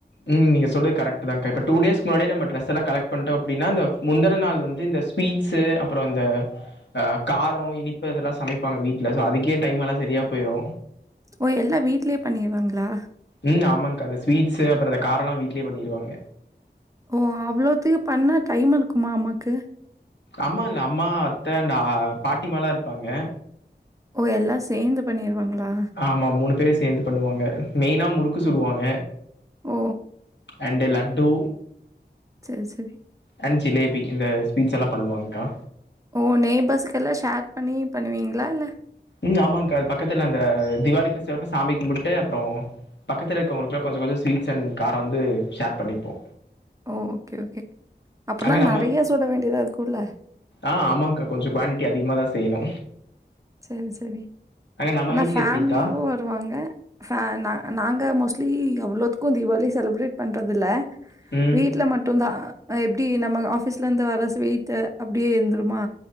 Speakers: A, on the left; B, on the right.
A: ம் நீ சொல்றது கரெக்ட்டு தா கா இப்ப டூ டேஸ்கு முன்னாடியே நம்ம டிரஸ் எல்லா கலெக்ட் பண்டோ அப்டினா இந்த முந்தன நாள் வந்து இந்த ஸ் ஸ்வீட்ஸு அப்புற இந்த ஆ கரோ இனிப்பு இதுலா சமைப்பாங்க வீட்ல சோ அதுக்கே டைம் எல்லா சரியா போயிரு
B: ஓ எல்லா வீட்லேயே பண்ணிருவாங்களா
A: ம் ஆமாக்கா இந்த ஸ்வீட்ஸு அப்புற இந்த காரோலா வீட்லயே பண்ணிருவாங்க
B: ஓ அவ்ளோத்துக்கு பண்ணா டைம் இருக்குமா அம்மாக்கு
A: அம்மா இல்ல அம்மா அத்த அண்டு ஆ பாட்டிமால்லா இருப்பாங்க
B: ஓ எல்லா சேந்து பண்ணிருவாங்களா
A: ஆமா மூணு பேரு சேந்து பண்ணுவாங்க மெயினா முறுக்கு சுடுவாங்க
B: ஓ
A: அண்டு லட்டு
B: சேர் சேரி
A: அண்ட் ஜிலேபிக்கி இந்த ஸ்வீட்ஸ் எல்லா பண்ணுவாங்க கா
B: ஓ நெய்பர்ஸு்கெல்லா ஷேர் பண்ணி பண்ணுவீங்களா இல்ல
A: ம் ஆமாங்கா அது பக்கத்துல அந்த திவாளிக்கு சிறப்பு சாமி கும்பிட்டு அப்பறோ பக்கத்துல இருக்குறங்களுக்குலா கொஞ்சொ கொஞ்சொ ஸ்வீட்ஸ் அண்ட் காரோ வந்து ஷேர் பண்ணிப்போ
B: ஓ ஓகே ஓகே அப்பனா
A: அங்க நம்ம
B: நெறையா சுட வேண்டியதா இருக்குல்ல
A: ஆ ஆமாங்க்கா கொஞ்சொ குவாண்டிட்டி அதிகமாதா செய்யணு
B: செரி செரி
A: நம்ம
B: ஆனா
A: வீட்ல
B: ஃபேமிலியோ
A: எப்படிக்கா?
B: டுவாங்க ஃபே நா நாங்க மோஸ்ட்லி அவ்ளோத்துக்கு தீவாளி செலப்ரேட் பண்றதுல்ல
A: ம்.
B: வீட்ல மட்டுந்தா அ எப்டி நம்ம ஆஃபிஸ்ல இருந்து வர ஸ்வீட்டு அப்டியே இருந்துருமா